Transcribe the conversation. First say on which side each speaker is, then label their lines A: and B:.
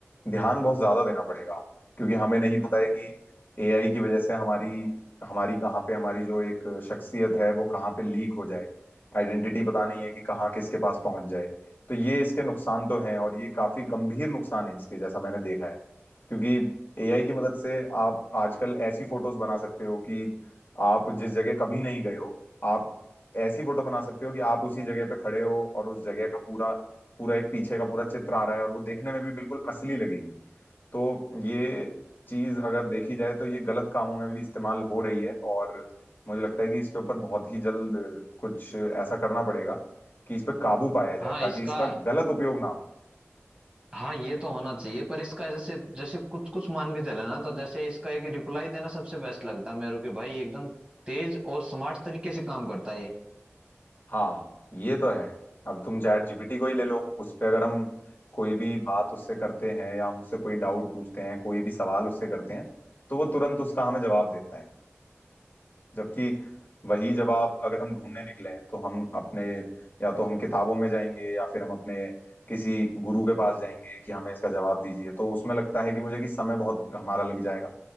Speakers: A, on the left; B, on the right.
A: ध्यान बहुत ज्यादा देना पड़ेगा क्योंकि हमें नहीं पता है कि एआई की वजह से हमारी हमारी कहाँ पे हमारी जो एक शख्सियत है वो कहाँ पे लीक हो जाए आइडेंटिटी पता नहीं है कि कहाँ किसके पास पहुंच जाए तो ये इसके नुकसान तो हैं और ये काफी गंभीर नुकसान है इसके जैसा मैंने देखा है क्योंकि एआई की मदद से आप आजकल ऐसी फोटोज बना सकते हो कि आप जिस जगह कभी नहीं गए हो आप ऐसी फोटो बना सकते हो कि आप उसी जगह पे खड़े हो और उस जगह का पूरा पूरा एक पीछे का पूरा चित्र आ रहा है और वो देखने में भी बिल्कुल असली लगेगी तो ये चीज अगर देखी जाए तो ये गलत कामों में भी इस्तेमाल हो रही है और मुझे लगता है कि इसके ऊपर बहुत ही जल्द कुछ ऐसा करना पड़ेगा कि इस पे काबू पाया जाए
B: हाँ
A: ताकि
B: इसका
A: इसका गलत उपयोग ना हो
B: हाँ ये तो होना चाहिए पर इसका जैसे जैसे कुछ कुछ मान के चले ना तो जैसे इसका एक रिप्लाई देना सबसे बेस्ट लगता है मेरे को कि भाई एकदम तेज और स्मार्ट तरीके से काम करता है ये
A: हाँ ये तो है अब तुम चैट जीपीटी को ही ले लो उस पे अगर हम कोई भी बात उससे करते हैं या हमसे कोई डाउट पूछते हैं कोई भी सवाल उससे करते हैं तो वो तुरंत उसका हमें जवाब देता है जबकि वही जवाब अगर हम ढूंढने निकले हैं तो हम अपने या तो हम किताबों में जाएंगे या फिर हम अपने किसी गुरु के पास जाएंगे कि हमें इसका जवाब दीजिए तो उसमें लगता है कि मुझे कि समय बहुत हमारा लग जाएगा